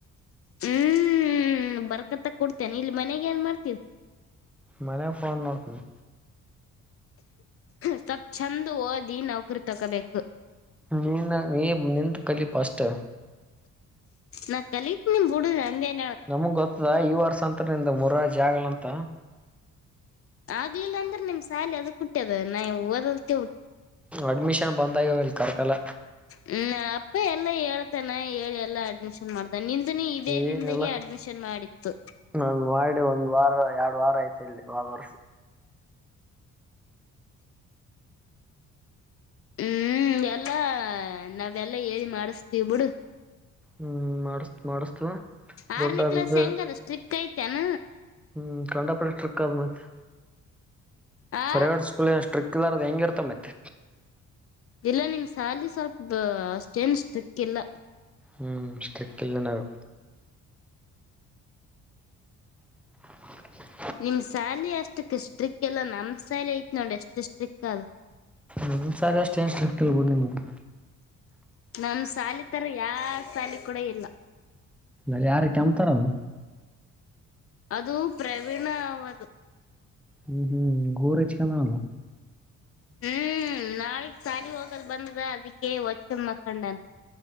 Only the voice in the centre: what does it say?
ಮನೆಗ್ ಫೋನ್ ನೋಡ್ತಿನ್.
ನೀನಾ ನೀ ನಿಂದ್ ಕಲಿ ಪಸ್ಟ್.
ನಮಗ್ ಗೊತ್ತದ ಈ ವರ್ಸಂತ ನಿಂದ್ ಮುರಾರ್ಜ್ ಆಗಲಂತ.
ಅಡ್ಮಿಷನ್ ಬಂದಾಗ್ಯಾವ ಇಲ್ಲಿ ಕರ್ಕಲ್ಲ.
ಏನಿಲ್ಲ
ನಾನ್ ಮಾಡಿ ಒಂದ್ ವಾರ ಎರಡು ವಾರ ಆಯ್ತ ಇಲ್ಲಿ <unintelligible>
ಹ್ಮ್ ಮಾಡಸ್ ಮಾಡಸ್ತವ
ದೊಡ್ಡ
ಅದ
ಇದು
ಹ್ಮ್ ಕಂಡಪ ಸ್ಟ್ರಿಕ್ ಆದ್ ಮತ್ತೆ
ಪ್ರೈವೇಟ್ ಸ್ಕೂಲ್ ಸ್ಟ್ರಿಕ್ - <unintelligible> ಇರ್ಲಾರ್ದೆ ಹೆಂಗ್ ಇರ್ತನ್ ಮತ್
ಹ್ಮ್ ಸ್ಟ್ರಿಟ್ ಇಲ್ಲ ನಾವು. <inaudible>
ನಿಮ್ ಸಾಲಿ ಅಷ್ಟೇನ್ ಸ್ಟ್ರಿಟ್ ಇಲ್ ಬಿಡ್ --
ಅಲ್ಲಿಯಾರು ಕೆಮ್ತಾರದು.
ಹ್ಮ್ ಹ್ಮ್ ಗೂರ್ ಹಚ್ <unintelligible>